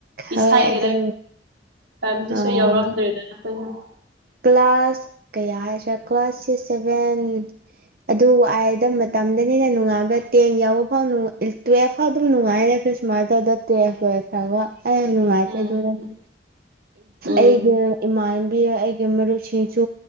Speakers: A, on the right (about 50°); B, on the right (about 80°).
A: ꯍꯣꯏ
B: ꯏꯁꯥꯏꯒꯦꯗ
A: ꯑꯗꯨ
B: ꯇꯝꯗꯁꯨ
A: ꯑꯥ
B: ꯌꯥꯎꯔꯝꯗ꯭ꯔꯦꯗꯅ ꯑꯩꯈꯣꯏꯁꯨ
A: ꯀ꯭ꯂꯥꯁ ꯀꯌꯥ ꯍꯥꯏꯁꯤ꯭ꯔꯦ ꯀ꯭ꯂꯥꯁ ꯁꯤꯛꯁ ꯁꯦꯚꯦꯟ ꯑꯗꯨ ꯋꯥꯏꯗ ꯃꯇꯝꯗꯅꯤꯅ ꯅꯨꯡꯉꯥꯏꯕ ꯇꯦꯟ ꯌꯥꯎꯕ ꯐꯥꯎ ꯇꯨꯋꯦꯜꯐ ꯐꯥꯎ ꯑꯗꯨꯝ ꯅꯨꯡꯉꯥꯏꯗ ꯈ꯭ꯔꯤꯁ ꯃꯥꯗꫭ ꯑꯗ ꯇꯨꯌ‌ꯦꯞ ꯂꫭꯏꯈꯔꯕ ꯑꯩ ꯌꯥꯝ ꯅꯨꯡꯉꯥꯏꯇ꯭ꯔꯦ
B: ꯎꯝ
A: ꯑꯗꯨ
B: ꯎꯝ
A: ꯑꯩꯒꯥ ꯏꯃꯥꯟꯕꯤꯒ ꯃꯔꯨꯞꯁꯤꯡꯁꯨ